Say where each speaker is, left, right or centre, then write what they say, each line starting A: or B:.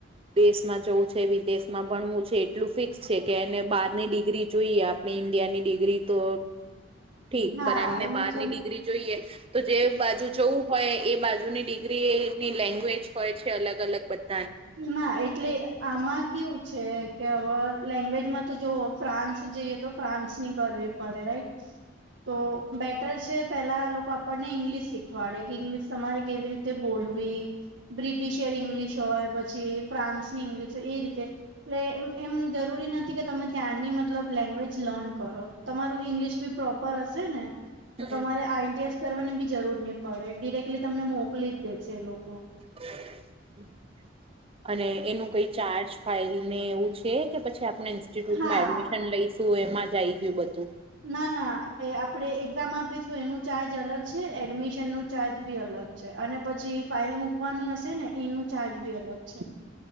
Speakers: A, on the right; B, on the right.
A: દેશમાં જવું છે, વિદેશ માં ભણવુ છે, એટલું ફિક્સ છે કે, એને બારની ડિગ્રી જોઈએ આપણી ઈન્ડિયાની ડિગ્રી તો ઠીક
B: હા
A: પણ, એમને
B: એ હું
A: બારની
B: સમજ
A: ડિગ્રી જોઈએ તો, જે બાજુ જવું હોય એ બાજુની ડિગ્રીની લેંગ્વેજ હોય છે, અલગ અલગ બધી
B: ના, એટલે આમાં કેવું છે કે અવ લેંગ્વેજમાં તો જો ફ્રાન્સ જઈએ તો ફ્રાન્સની કરવી પડે રાઈટ તો બેટર છે પેલા લોકો આપણને ઇંગ્લિશ શીખવાડે કે ઇંગ્લિશ તમારે કેવી રીતે બોલવી બ્રિટિશયર ઇંગ્લિશ હોય, પછી ફ્રાન્સની ઇંગ્લિશ હોય એ રીતે એટલે એમ એમ જરૂરી નથી કે, તમે ત્યાંની મતલબ લેંગ્વેજ લર્ન કરો. તમારું ઈંગ્લિશ બી પ્રોપર હશે ને તો,
A: હમ
B: તમારે આઈએલટીએસ કરવાની બી જરૂર ની પડે ડિરેક્ટલી તમને મોકલી જ દે છે, એલોકો
A: <inaudible> અને, એનું કઈ ચાર્જ ફાઈલ ને એવું છે કે, પછી આપણે ઇન્સ્ટિટ્યુટમાં
B: હા
A: એડમિશન લઈ શું એમાં જ આઈ ગીયું બધું
B: ના, ના, એ આપણે એક્ઝામ આપીશું એનું ચાર્જ અલગ છે, એડમિશનનું ચાર્જ બી અલગ છે, અને પછી ફાઇલ મૂકવાની હશે ને એનું ચાર્જ બી અલગ છે